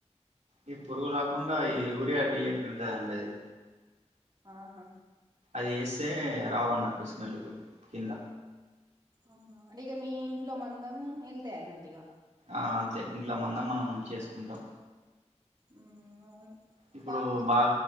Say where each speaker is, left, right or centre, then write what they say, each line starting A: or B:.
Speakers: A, on the right; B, on the right.
A: ఈ పురుగు రాకుండా ఈ ఊరియా డిఏపి ఉంటదండి అది
B: ఆహ
A: అది వేస్తె రావన్నటు స్మెల్ కింద
B: అవునాంే ఇక మీ ఇంట్లో మందం వెళ్తె అన్నట్టుగా
A: ఆ అంతే ఇంట్లో మంద మనం చేసుకుంటాం
B: మ్ అవును
A: ఇప్పుడు
B: మాకకి
A: బాగ